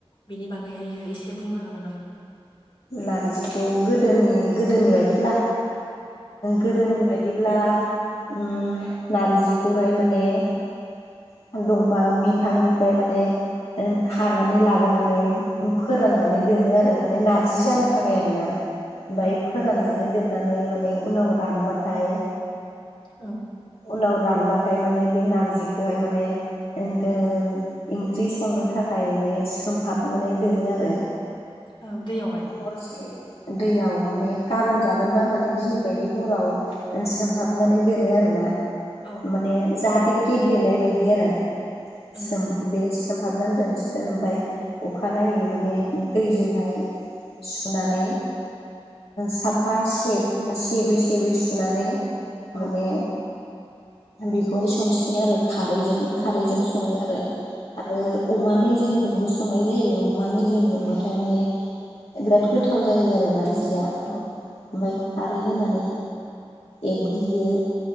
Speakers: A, on the left; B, on the left.
A: बेनि बागैहायो एसे बुंनो हागोन नामा?
B: नारजिखौ गोदोनि गोदोनि
A: औ
B: बायदिब्ला गोदोनि बायदिब्ला उम नारजिखौहाय माने <inaudible> दंफां बिफांनिफ्राय माने खानानै लाबोनानै फोराननानै
A: औ
B: दोनो आरो माने नारजि जानो थाखाय आरो ना ओमफ्राय
A: औ
B: फोराननानै
A: औ
B: दो नानै उनाव रानबाथाइ
A: औ
B: उनाव रानबाथाय माने बे नारजिखौहाय माने ओनदो <unintelligible> ओंख्रि संनो थाखाय माने सोमहाबनानै दोनो आरो
A: औ दैयावहाय
B: हरसे दैयाव माने गाबोन जागोनबा
A: औ
B: माने दिनै बायदि हराव सोमहाबनानै दोनो आरोना
A: औ
B: माने
A: औ
B: जा गेब्लेनाय बायदि आरो
A: उम
B: सोम
A: उम
B: बे सोमहाबनानै दोनसिगोन ओमफ्राय अखानायनायै माने दैजोंहाय सुनानै साफा
A: उम
B: से सेबै सेबै सुनानै।
A: औ
B: माने बेखौहाय संसिगोन आरो खारैजों
A: औ
B: खारैजों सङो आरो आरो
A: औ
B: अमा मेजेमजोंबो संनाय जायो। अमा मेजेमजोंबाथाय
A: उम उम
B: माने एराद गोथाव जायो आरो नारजिया। जिया ओमफ्राय
A: औ औ
B: खारै होनानै एरग्लियो